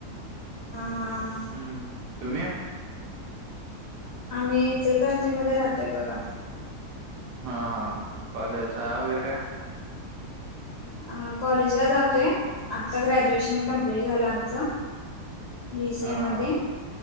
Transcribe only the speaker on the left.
हा
आम्ही इचलकरंजी मध्ये राहतोय बघा.
आप कॉलेजला जातोय आत्ता ग्रॅज्युएशन कमप्लीट झालं आमचं, बी सि
ऐ मध्ये,